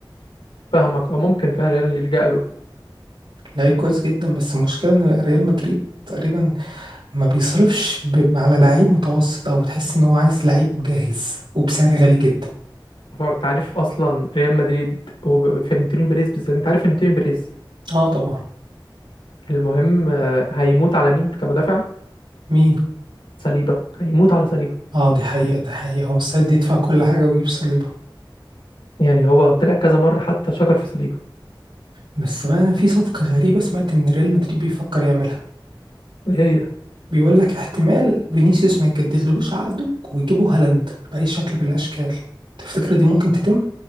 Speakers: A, on the left; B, on the right.
A: فاهمك اه ممكن فعلا يلجأ له
B: لعيب كويس جدا بس المشكلة ان ريال مدريد تقريبا ما بيصرفش ب... على لعيب متوسط او تحس ان هو عايز لعيب جاهز وبسعر غالي جدا
A: هو انت عارف اصلا ريال مدريد وفلورنتينو بيريز بالذات انت عارف فلورنتينو بيريز
B: اه طبعا
A: المهم آه، هيموت على مين كمدافع
B: مين
A: صليبه هيموت على صليبه
B: اه دي حقيقة دي حقيقة هو مستعد يدفع كل حاجة ويجيب صليبة
A: يعني هو طلع كذا مره حتى شكر في صليبه
B: بس بقى انا في صفقة غريبة سمعت ان ريال مدريد بيفكر يعملها
A: ايه هي
B: بيقول لك احتمال فينيسيوس ما يجددلوش عقده ويجيبوا هالاند بأي شكل من الاشكال تفتكر دي ممكن تتم؟